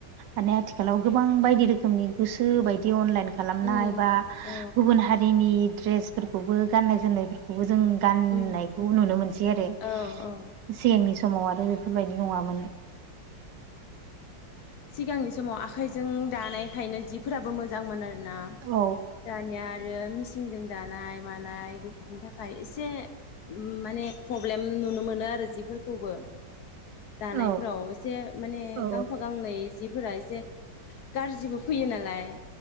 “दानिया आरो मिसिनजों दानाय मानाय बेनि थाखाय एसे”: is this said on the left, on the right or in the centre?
Left